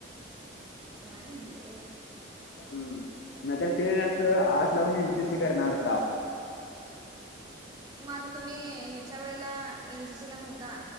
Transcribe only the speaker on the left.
हम् नाहीतर ते असं आर्टला घेऊन एनसीसी करणार होता